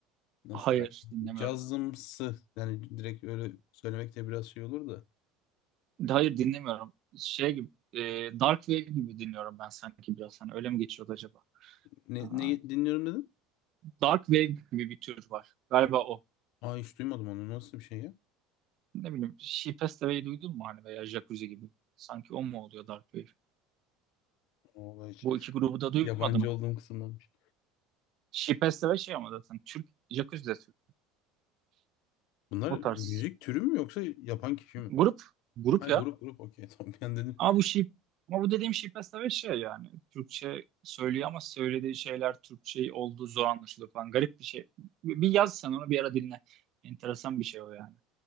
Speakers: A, on the left; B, on the right.
A: Nasıl
B: Hayır,
A: tarif?
B: dinlemiyorum.
A: Cazımsı. Yani direkt öyle söylemek de biraz şey olur da.
B: Hayır, dinlemiyorum. Şey gibi, e, Dark Wave gibi dinliyorum ben sanki biraz. Hani öyle mi geçiyordu acaba?
A: Ne,
B: Ha,
A: ne dinliyorum dedim?
B: Dark Wave gibi bir tür var. Galiba o.
A: Aa hiç duymadım onu. Nasıl bir şey ya?
B: Ne bileyim, She Passed Away duydun mu hani veya Jacuzzi gibi? Sanki o mu oluyor Dark Wave?
A: Vallahi hiç.
B: Bu iki grubu da duymadın
A: Yabancı
B: mı?
A: olduğum kısımdanmış.
B: Şipeste ve şey ama zaten Türk Jacuzzi de Türk.
A: Bunlar
B: O tarz.
A: müzik türü mü yoksa yapan kişi mi?
B: Grup. Grup
A: Ha grup
B: ya.
A: grup okey <laughs> tamam ben dedim.
B: Ama bu Şip ama bu dediğim Şipeste ve şey yani. Türkçe söylüyor ama söylediği şeyler Türkçe olduğu zor anlaşılıyor falan. Garip bir şey. Bir bir yaz sen onu bir ara dinle. Enteresan bir şey o yani.